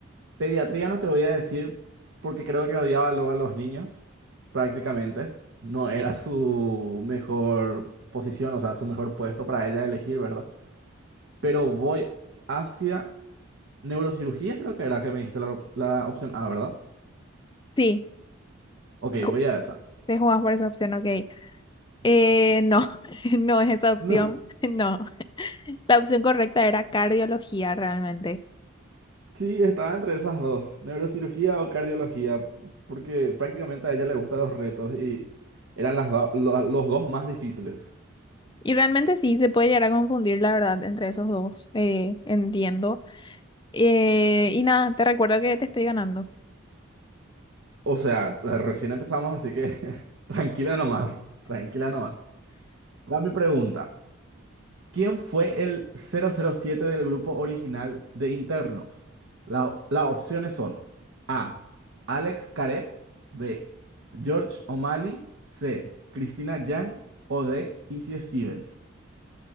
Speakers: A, on the right; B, on the left.
A: Pediatría no te voy a decir porque creo que odiaba luego a los niños, prácticamente. No era su mejor posición, o sea, su mejor puesto para ella elegir, ¿verdad? Pero voy hacia neurocirugía, creo que era que me dijiste la op- la opción A, ¿verdad?
B: Sí,
A: Ok,
B: ju-
A: voy a esa.
B: te jugás por esa opción, ok. Eh, no, <laughs> no es esa opción.
A: No,
B: <laughs> No, la opción correcta era cardiología realmente.
A: <laughs> sí, estaba entre esas dos, neurocirugía o cardiología, porque prácticamente a ella le gustan los retos y eran las do- lo- los dos más difíciles.
B: Y realmente sí, se puede llegar a confundir, la verdad, entre esos dos. eh, entiendo. Eh, y nada, te recuerdo que te estoy ganando.
A: O sea, recién empezamos, así que <laughs> tranquila nomás, tranquila nomás. Va mi pregunta. ¿Quién fue el 007 del grupo original de internos? La- las opciones son A. Alex Karev, B. George O'Malley, C. Christina Yang o D. Izzy Stevens.